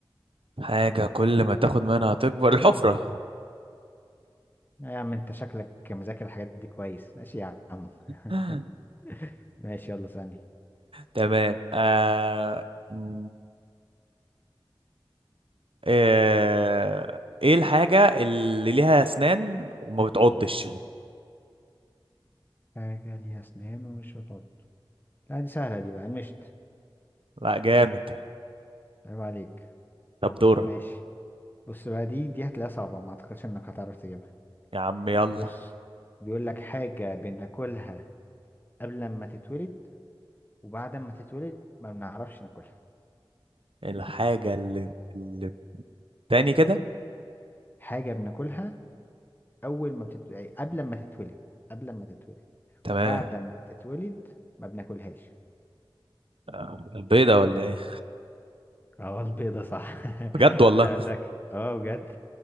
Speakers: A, on the right; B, on the left.
A: حاجة كل ما تاخد منها تكبر الحفرة
B: يا عم انت شكلك مذاكر الحاجات دي كويس ماشي يا عم <laughs>
A: <laughs>
B: ماشي يلا ثانية
A: تمام آه... م- آه... ايه الحاجة اللي ليها اسنان وما بتعضش
B: حاجة ليها أسنان ومش بتعض لا دي سهلة دي بقى المشط
A: لا جامد
B: عيب عليك
A: طب دورك
B: ماشي بص بقى دي دي هتلاقيها صعبة ما أعتقدش إنك هتعرف تجيبها
A: يا عم يلا
B: بص بيقول لك حاجة بناكلها قبل ما تتولد وبعد ما تتولد ما بنعرفش ناكلها
A: الحاجة اللي, اللي تاني كده
B: حاجة بناكلها أول ما بتت... أي قبل ما تتولد قبل ما تتولد
A: تمام
B: وبعد ما تتولد ما بناكلهاش
A: آه، البيضة ولا ايه
B: اه البيضة صح
A: بجد
B: <laughs>
A: والله
B: لا ذكي اه بجد